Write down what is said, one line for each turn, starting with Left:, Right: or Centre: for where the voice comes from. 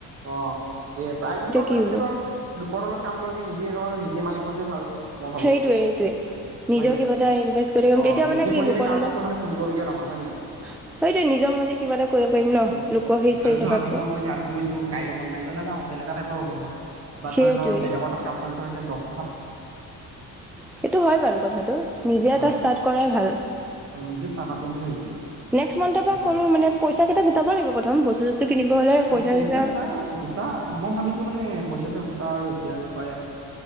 Right: অ', এ প্ৰাইভেটত
Centre: কি
Right: মানে এতিয়া
Centre: হ'ব
Right: ধৰ লোকৰ তলত কাম কৰাতকে নিজে ধৰ নিজ নিজে মালিক হোৱাটোয়ে ভাল। মই ভাবো
Centre: সেইটোৱে, সেইটোৱে নিজেও
Right: হয় নাই
Centre: কিবা এটা ইনভেষ্ট কৰি থম
Right: অ
Centre: তেতিয়া
Right: নিজে
Centre: মানে কি
Right: কৰিলে
Centre: লোকৰ
Right: এতিয়া কাৰো
Centre: তলত
Right: কথা মানে শুনিবলগীয়া নহয়
Centre: সেইটোৱে
Right: হয় নাই
Centre: নিজৰ মৰ্জি কিবা এটা কৰিব পাৰিম নহ,
Right: অ
Centre: লোকৰ সেই চলি
Right: আৰু
Centre: থকাতকে
Right: ধৰ আজি মন গৈছে আজি গৈছো কাইলৈ মন নাই যোৱা নাযাওঁ তেনেকুৱা টাইপৰ হ'ব ধৰ বাট
Centre: সেইটোৱে
Right: মানে ধৰ বেলেগৰ তাত কাম কৰিলে ধৰ দচ
Centre: সেইটো হয়, বাৰু কথাটো নিজে
Right: উম
Centre: এটা ষ্টাৰ্ট কৰাই ভাল।
Right: নিজে ষ্টাৰ্ট আপ দিম বুলি ভাবিছো
Centre: নেক্স মান্থৰ পৰা
Right: সেইকাৰণে
Centre: কৰো মানে পইচা কেইটা গোটাব লাগিব প্ৰথম বস্তু চস্তু কিনিব হলে
Right: অ', পইচা
Centre: চইচা
Right: ছইচা গোটা মই ভাবিছো মানে পইচা ছইচা গোটা আৰু এতিয়ায়ে পায়